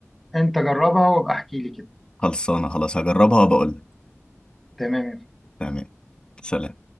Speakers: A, in the centre; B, on the left.
A: انت جربها وابقى احكي لي كده
B: خلصانة خلاص هجربها وبقول لك
A: تمام يا
B: تمام سلام